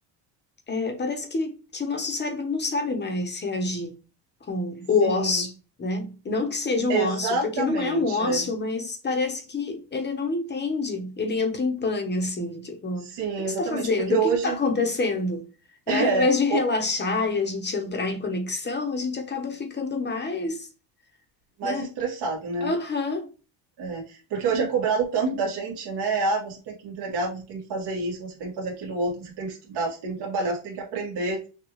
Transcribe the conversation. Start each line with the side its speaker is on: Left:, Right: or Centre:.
Left: é, parece que, que o nosso cérebro não sabe mais reagir com
Right: Sim.
Left: o ócio, né? E não que seja um
Right: Exatamente,
Left: ócio, porque não é um ócio,
Right: é.
Left: mas parece que ele não entende. Ele entra em pane, assim, tipo,
Right: Sim,
Left: o que você
Right: exatamente,
Left: está fazendo?
Right: porque hoje
Left: O que está acontecendo? E
Right: <laughs>
Left: aí, ao invés
Right: é
Left: de relaxar
Right: o
Left: e a gente entrar em conexão, a gente acaba ficando mais,
Right: mais
Left: né?
Right: estressado, né?
Left: Aham.
Right: É, porque hoje é cobrado tanto da gente, né? Ah, você tem que entregar, você tem que fazer isso, você tem que fazer aquilo outro, você tem que estudar, você tem que trabalhar, você tem que aprender.